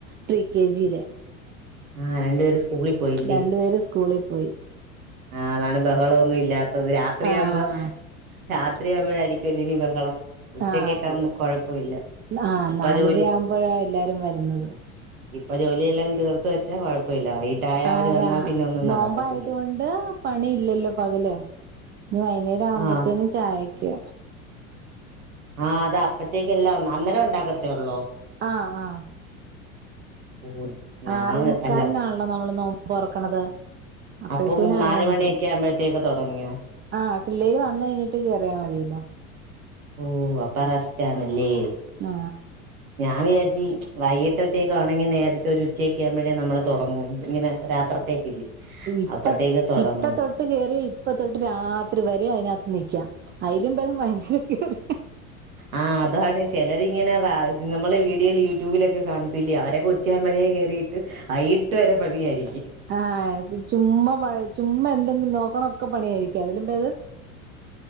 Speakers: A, on the right (about 25°); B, on the right (about 75°).
A: പ്രീ കെ ജിയില്
B: ആഹ് രണ്ടുപേര് സ്കൂളിൽ പോയില്ലേ
A: രണ്ടുപേര് സ്കൂളിൽ പോയി
B: ആഹ് അതാണ് ബഹളൊന്നും ഇല്ലാത്തത് രാത്രിയാവുമ്പോ
A: ആഹ്
B: രാത്രിയാവുമ്പോഴായിരിക്കുവല്ലോ ഇനി ബഹളം ഉച്ചക്കൊക്കെ
A: ആഹ്
B: ആവുമ്പോ കൊഴപ്പമില്ല
A: ആഹ്
B: ഇപ്പ
A: നാലര
B: ജോലി
A: ആവുമ്പോഴാ എല്ലാരും വരുന്നത്
B: ഇപ്പൊ ജോലിയെല്ലാം തീർത്ത് വെച്ചാ കൊഴപ്പമില്ല വൈകിട്ടായ
A: ആ
B: അവര് വന്നാ
A: രാ
B: പിന്നെ ഒന്നും
A: നോമ്പായതുകൊണ്ട്
B: നടക്കത്തില്ല
A: പണിയില്ലല്ലോ പകല് ഇനി വൈകുന്നേരം ആവുമ്പത്തേനും
B: ആഹ്
A: ചായക്ക്
B: ആഹ് അത് അപ്പത്തേക്ക് എല്ലാം ഉണ്ട് അന്നേരം ഉണ്ടാക്കത്തേ ഉള്ളോ
A: ആ ആ
B: ഓ ഞാൻ
A: ആറേ മുക്കാലിനാണല്ലോ
B: അല്ല
A: നമ്മള് നോമ്പ് തുറക്കണത് അപ്പഴത്തേന്
B: അപ്പം നാല്
A: ആയാ മതി
B: മണിയൊക്കെ ആവുമ്പോഴത്തേക്ക് തുടങ്ങിയോ
A: ആ പിള്ളേര് വന്ന് കഴിഞ്ഞിട്ട് കേറിയാ മതിയല്ലോ
B: ഓ അപ്പ റസ്റ്റ് ആണല്ലേ
A: ആ
B: ഞാൻ വിചാരിച്ച് വൈകിട്ടത്തേക്കാണെങ്കിൽ നേരത്തെ ഒരു ഉച്ചയൊക്കെ ആകുമ്പോഴേ നമ്മള് തുടങ്ങും ഇങ്ങനെ രാത്രത്തേക്കില്ലേ
A: ഇപ്പ
B: അപ്പത്തേക്ക് തുടങ്ങുന്നു
A: ഇപ്പ തൊട്ട് കേറിയ ഇപ്പ തൊട്ട് രാത്രി വരെ അതിനകത്ത് നിക്കാം അയിലും ഭേദം വൈകുന്നേരം കേറി
B: ആഹ് അതാണ് ചിലരിങ്ങനെ നമ്മളെ വീഡിയോയിൽ യൂട്യൂബിലൊക്കെ കാണത്തില്ലേ അവരൊക്കെ ഉച്ചയാകുമ്പോഴേ കേറിയിട്ട് വൈകിട്ട് വരെ പണിയായിരിക്കും
A: ആ ഇത് ചുമ്മാ പണി ചുമ്മാ എന്തെങ്കിലും നോക്കണൊക്കെ പണിയായിരിക്കും അതിലും ഭേദം